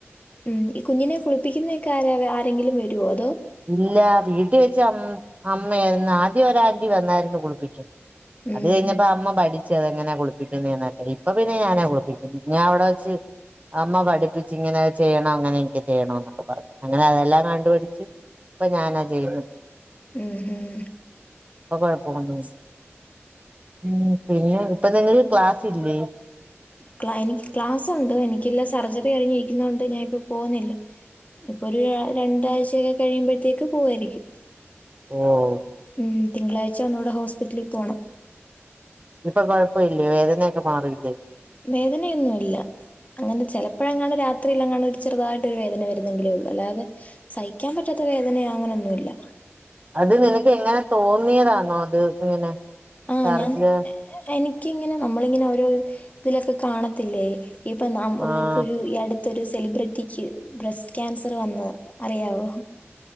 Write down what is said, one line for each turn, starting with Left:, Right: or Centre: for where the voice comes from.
Left: മ് ഈ കുഞ്ഞിനെ കുളിപ്പിക്കുന്നെക്കെ ആരാ വേ ആരെങ്കിലും വരോ അതോ
Right: ഇല്ല വീട്ടി വെച്ച് അം അമ്മയന്ന് ആദ്യം ഒരാന്റി വന്നായിരുന്നു കുളിപ്പിക്കാൻ.
Left: ഉം
Right: അത് കഴിഞ്ഞപ്പ അമ്മ പഠി ച്ചത് എങ്ങനെയ കുളിപ്പിക്കുന്നെന്നൊക്കെ ഇപ്പോ പിന്നെ ഞാനാ കുളിപ്പിക്കുന്നു ഞാൻ അവിടെ വെച്ച് അമ്മ പഠിപ്പിച്ച് ഇങ്ങനെ ചെയ്യണം അങ്ങനെ ഒക്കെ ചെയ്യണോന്നൊക്കെ പറഞ്ഞ് അങ്ങനെ അതെല്ലാം കണ്ടുപടിച്ച് ഇപ്പൊ ഞാനാ ചെയ്യുന്നെ
Left: ഉം ഉം
Right: ഇപ്പൊ കൊഴപ്പന്നുല്ല ഉം പിന്നെ ഇപ്പ നിങ്ങക്ക് ക്ലാസ് ഇല്ലേ
Left: ക്ലാ എനിക്ക് ക്ലാസുണ്ട് എനിക്ക്ള്ള സർജറി കഴിഞ്ഞിരിക്കുന്നോണ്ട് ഞാനിപ്പോ പോന്നില്ല ഇപ്പൊ ഒരു രണ്ടാഴ്ചൊക്കെ കഴിയുമ്പഴത്തേക്ക് പോവായിരിക്കും
Right: ഓഹ്
Left: ഉം തിങ്കളാഴ്ച ഒന്നൂടെ ഹോസ്പിറ്റലിൽ പോണം
Right: ഇപ്പൊ കൊഴപ്പ ഇല്ലേ വേദനയൊക്കെ മാറിയില്ലേ
Left: വേദന ഒന്നും ഇല്ല അങ്ങനെ ചെലപ്പഴങ്ങാനോ രാത്രിയിലങ്ങാണോ ഒര് ചെറുതായിട്ട് വേദന വരുന്നെങ്കിലേ ഉള്ളൂ അല്ലാതെ സയിക്കാൻ പറ്റാത്ത വേദനയോ അങ്ങനൊന്നുല്ല
Right: അത് നിനക്ക് എങ്ങനെ തോന്നിയതാണോ അത് ഇങ്ങനെ
Left: ആഹ്
Right: സർജ്
Left: ഞാൻ എനിക്കിങ്ങനെ നമ്മളിങ്ങനെ ഓരോ ഇതിലൊക്കെ കാണത്തില്ലേ ഇപ്പൊ നാം
Right: ആഹ്
Left: ഇപ്പൊ ഒരു ഈ അട് ത്തൊരു സെലിബ്രിറ്റിക്ക് ബ്രസ്റ്റ് ക്യാൻസർ വന്ന് അറിയാവോ